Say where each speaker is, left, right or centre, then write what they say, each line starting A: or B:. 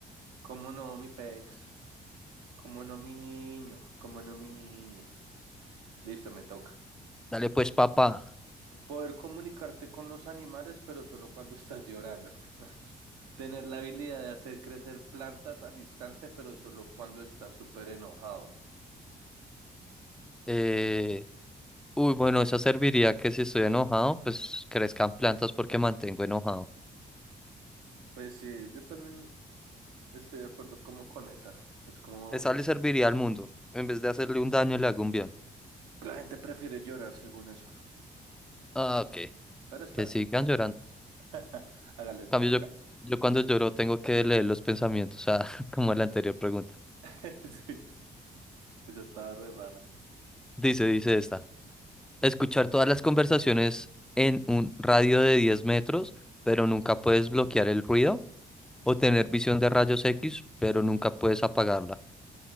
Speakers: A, on the right (about 85°); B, in the centre.
A: ¿Cómo no, mi pex? ¿Cómo no, mi niño? ¿Cómo no, mi niño? Listo, me toca.
B: Dale pues, papá.
A: Poder comunicarte con los animales, pero solo cuando estás llorando. <laughs> Tener la habilidad de hacer crecer plantas al instante, pero solo cuando estás súper enojado.
B: Eh, uy, bueno, esa serviría que si estoy enojado, pues crezcan plantas porque mantengo enojado.
A: Pues sí, yo también estoy de acuerdo como con esa. Es como
B: Esa le serviría al mundo. En vez de hacerle un daño, le hago un bien.
A: la gente prefiere llorar según eso.
B: Ah, ok.
A: Pero está
B: Que sigan
A: bien.
B: llorando.
A: <laughs> Hágale,
B: En
A: te
B: cambio,
A: toca.
B: yo, yo cuando lloro tengo que leer los pensamientos, o sea, <laughs> como la anterior pregunta.
A: <laughs> Sí, esa estaba re rara.
B: Dice, dice esta. Escuchar todas las conversaciones en un radio de 10 metros, pero nunca puedes bloquear el ruido. O tener visión de rayos X, pero nunca puedes apagarla.